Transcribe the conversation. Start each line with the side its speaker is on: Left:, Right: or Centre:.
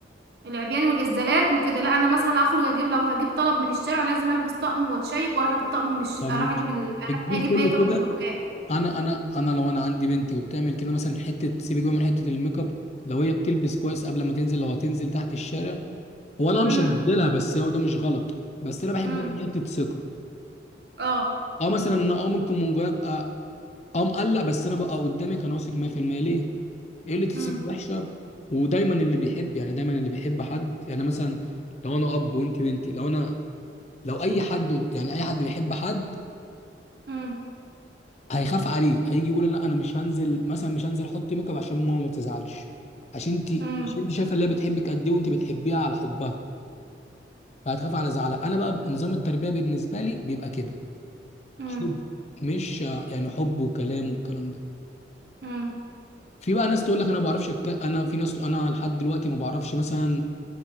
Right: العبيان والازدالات وكده لا انا مثلا هخرج اجيب لو هجيب طلب من الشارع لازم البس طقم واتشيك واروح اجيب طقم مش
Left: تمام
Right: اروح اجيب ال...
Left: الجيل
Right: اروح اجيب
Left: كله
Right: اي طلب
Left: كده
Right: من الدكان
Left: انا انا انا لو انا عندي بنتي وبتعمل كده مثلا حته سيبك بقى من حته الميك اب لو هي بتلبس كويس قبل ما تنزل لو هتنزل تحت الشارع وانا مش
Right: امم
Left: هديلها بس هو ده مش غلط بس انا بحب
Right: امم
Left: ادي حته ثقه
Right: اه
Left: اه مثلا انا اه ممكن من جوايا ابقى اه مقلق بس انا بقى قدامك انا واثق 100% ليه قلة الثقة
Right: امم
Left: وحشة ودايما اللي بيحب يعني دايما اللي بيحب حد يعني مثلا لو انا اب وانت بنتي لو انا لو اي حد قد- يعني اي حد بيحب حد
Right: امم
Left: هيخاف عليه هيجي يقول لا انا مش هنزل مثلا مش هنزل احط ميك اب عشان ماما ما تزعلش عشان انت
Right: امم
Left: عشان انت شايفه اللي هي بتحبك قد ايه وانت بتحبيها على حبها فهتخاف على زعلها انا بقى نظام التربيه بالنسبه لي بيبقى كده
Right: امم
Left: حب مش يعني حب وكلام والكلام ده
Right: امم
Left: في بقى ناس تقول لك انا ما بعرفش أتك- انا في ناس انا لحد دلوقتي ما بعرفش مثلا